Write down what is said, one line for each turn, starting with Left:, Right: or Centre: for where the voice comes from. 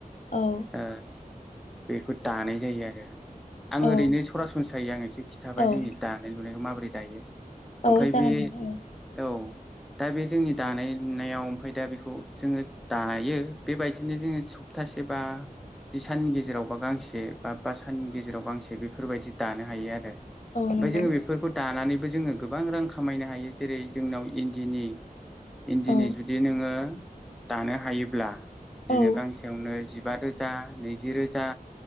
Left: औ
Centre: ओ बेखौ दानाय जायो आरो आं
Left: औ
Centre: ओरैनो सरासनस्रायैं एसे खि
Left: औ
Centre: जोंनि दानाय लुनायखौ माबोरै दायो
Left: औ
Centre: ओमफ्राय
Left: जागोन
Centre: बे
Left: नोंथां
Centre: औ दा बे जोंनि दानायनायाव ओमफफ्राय दा बेखौ जोङो दायो बेबायदिनो जोङो सप्तासे सेबा जि साननि गेजेरावबा गांसे बा बा साननि गेजेराव गांसे बेफोरबायदि दानो हायो आरो ओमफ्राय
Left: औ नंगौ
Centre: जोङो बेफोरखौ दानानैबो जोङो गोबां रां खामायनो हायो जेरै जोंनाव इन्दिनि इन्दिनि
Left: औ
Centre: जुदि नोङो दानो हायोब्ला बिदिनो
Left: औ
Centre: गांसेयावनो जिबा रोजा नैजि रोजा